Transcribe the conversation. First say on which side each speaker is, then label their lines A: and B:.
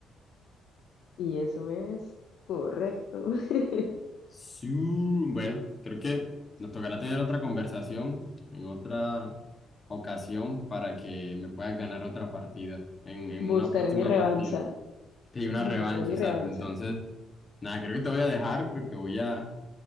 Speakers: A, on the left; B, on the left.
A: y eso es correcto. <laughs>
B: Sí, Bueno, creo que nos tocará tener otra conversación en otra ocasión para que me puedas ganar otra partida, en, en
A: Buscaré
B: una próxima
A: mi revancha.
B: partida. Sí, una
A: <laughs>
B: revancha,
A: Buscaré mi
B: exacto.
A: revancha.
B: Entonces, nada, creo que te voy a dejar porque voy a